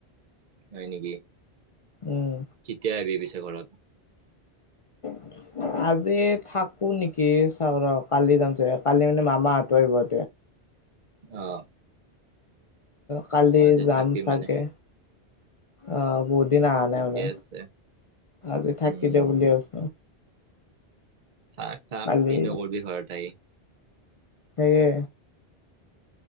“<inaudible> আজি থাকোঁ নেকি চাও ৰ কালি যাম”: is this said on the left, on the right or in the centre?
Left